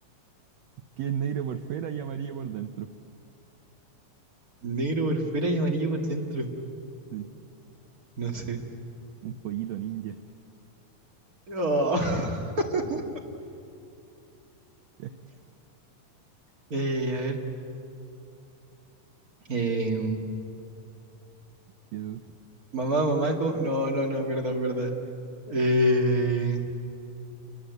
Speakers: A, on the right; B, on the right.
A: que es negro por fuera y amarillo por dentro.
B: Negro por fuera y amarillo por dentro.
A: Sí,
B: No sé.
A: un pollito ninja. <laughs>
B: Oh. <laughs>
A: Ya,
B: Eh, a ver. eh,
A: y es otro,
B: mamá, mamaco. No, no, no, perdón, perdón. Eh,